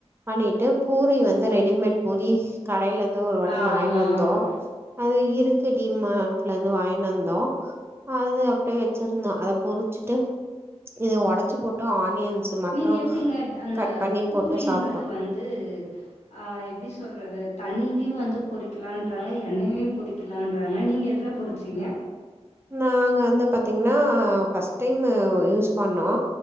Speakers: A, on the right; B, on the left.
A: பண்ணிட்டு பூரி வந்து ரெடிமேட் பூரி கடைல இருந்து ஒரு வாட்டி
B: ஆமாம்
A: வாங்கினு வந்தோ அது இருக்கு டீம்மா ல இருந்து வாங்கினு வந்தோ அது அப்டியே வெச்சிருந்தோ அத பொருசுட்டு இது ஒடச்சு போட்டு ஆனியன்ஸ் மட்டு
B: நீங்க எப்டிங்க அந்த
A: கட் பண்ணி
B: பூரின்றது
A: போட்டு சாப்ட்டோ
B: வந்து ஆ எப்டி சொல்றது தண்ணீயு வந்து பொரிகலான்றாங் எண்ணய்லியு பொரிக்கலான்றாங்க நீங்க எதுல பொரிப் சிங்க
A: நாங்க வந்து பாத்தீங்கன்னா ஃபர்ஸ்ட் டைம் யூஸ் பண்ணோ